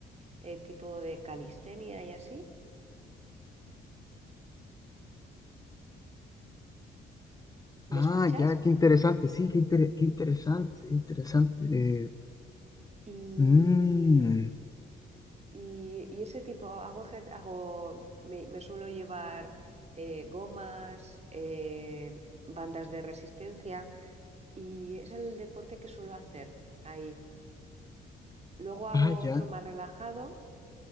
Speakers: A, on the right; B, on the left.
A: eh, tipo de calistenia y así. ¿Me
B: Ah,
A: escuchas?
B: ya, qué interesante, sí, qué, inter- qué interesante, qué interesante. Eh,
A: Y,
B: mm,
A: y- y ese tipo, hago, ejer- hago me, me suelo llevar eh, gomas, eh, bandas de resistencia y es el deporte que suelo hacer ahí. Luego hago
B: Ah,
A: otro
B: ya.
A: más relajado,